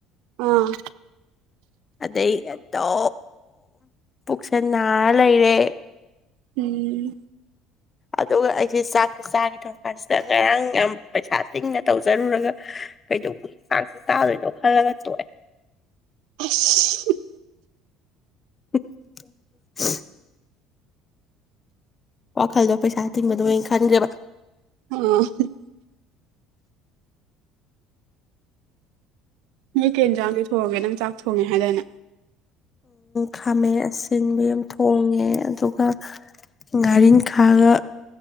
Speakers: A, on the right; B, on the left.
A: ꯑꯥ
B: ꯑꯗꯩꯗꯣ ꯄꯨꯛꯁꯟꯅꯔ ꯂꯩꯔꯦ
A: ꯎꯝ
B: ꯑꯗꯨꯒ ꯑꯩꯁꯦ ꯆꯥꯛꯁꯦ ꯆꯥꯒꯦ ꯇꯧꯔ ꯀꯥꯟꯁꯤꯗ ꯉꯔꯥꯡ ꯌꯥꯝ ꯄꯩꯁꯥ ꯇꯤꯡꯅ ꯇꯧꯖꯔꯨꯔꯒ ꯀꯩꯗꯧꯕꯒꯤ ꯆꯥꯡꯁꯦ ꯆꯥꯗꯣꯏꯅꯣ ꯈꯜꯂꯒ ꯇꯣꯛꯑꯦ
A: ꯑꯁ
B: <unintelligible> ꯋꯥꯈꯜꯗꯣ ꯄꯩꯁꯥ ꯊꯤꯡꯕꯗꯣ ꯑ ꯈꯟꯈꯦꯕ
A: ꯑ ꯃꯤ ꯀꯦꯟ ꯆꯥꯡꯗꯤ ꯊꯣꯡꯉꯒꯦ ꯅꯪ ꯆꯥꯛ ꯊꯣꯡꯉꯦ ꯍꯥꯏꯗꯥꯅ
B: ꯈꯥꯝꯃꯦ ꯑꯁꯤꯁꯤꯡꯕ ꯌꯥꯝ ꯊꯣꯡꯉꯦ ꯑꯗꯨꯒ ꯒꯥꯔꯤꯟ ꯈꯥꯒ